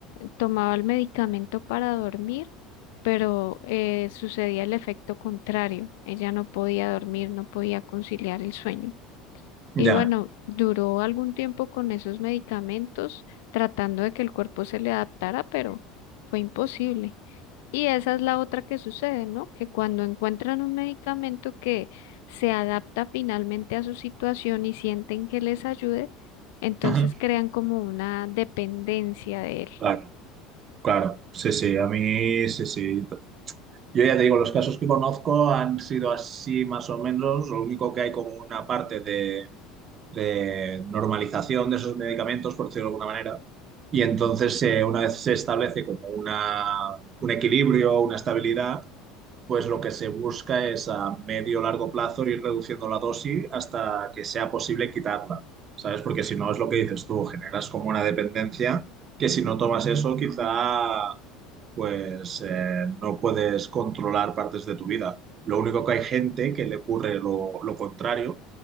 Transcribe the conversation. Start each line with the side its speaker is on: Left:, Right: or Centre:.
Left: tomaba el medicamento para dormir, pero eh, sucedía el efecto contrario. Ella no podía dormir, no podía conciliar el sueño.
Right: Ya.
Left: Y bueno, duró algún tiempo con esos medicamentos tratando de que el cuerpo se le adaptara, pero fue imposible. Y esa es la otra que sucede, ¿no? Que cuando encuentran un medicamento que se adapta finalmente a su situación y sienten que les ayude, entonces
Right: Ajá.
Left: crean como una dependencia de él.
Right: Claro, claro. Sí, sí, a mí, sí, sí. Yo ya te digo, los casos que conozco han sido así más o menos. Lo único que hay como una parte de, de normalización de esos medicamentos, por decirlo de alguna manera. Y entonces, eh, una vez se establece como una, un equilibrio, una estabilidad, pues lo que se busca es a medio o largo plazo ir reduciendo la dosis hasta que sea posible quitarla, ¿sabes? Porque si no es lo que dices tú, generas como una dependencia que si no tomas eso quizá pues eh, no puedes controlar partes de tu vida. Lo único que hay gente que le ocurre lo, lo contrario,